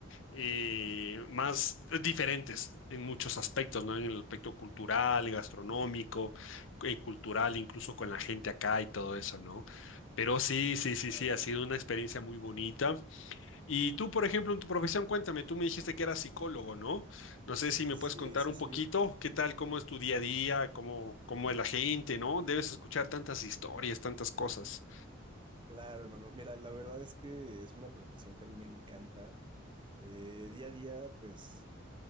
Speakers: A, on the left (about 70°); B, on the right (about 25°).
A: eh, más diferentes en muchos aspectos, ¿no? En el aspecto cultural, gastronómico, eh, cultural, incluso con la gente acá y todo eso, ¿no? Pero sí, sí, sí,
B: Claro.
A: sí, ha sido una experiencia muy bonita. Y tú, por ejemplo, en tu profesión, cuéntame, tú me dijiste que eras psicólogo, ¿no? No sé si me
B: Sí,
A: puedes contar
B: sí,
A: un
B: sí.
A: poquito, qué tal, cómo es tu día a día, cómo, cómo es la gente, ¿no? Debes escuchar tantas historias, tantas cosas.
B: Claro, hermano. Mira, la verdad es que es una profesión que a mí me encanta. Eh, día a día, pues